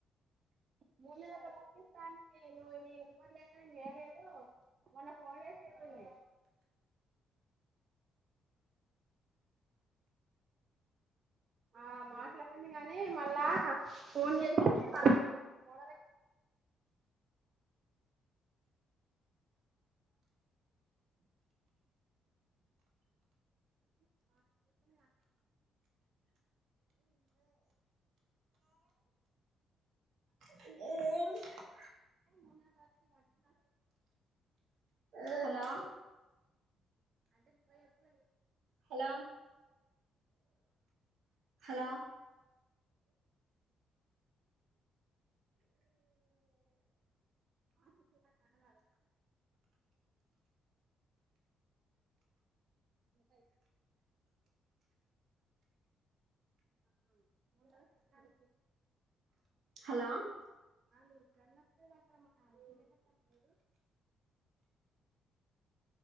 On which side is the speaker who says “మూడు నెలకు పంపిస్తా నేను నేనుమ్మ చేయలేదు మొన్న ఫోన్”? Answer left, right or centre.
Right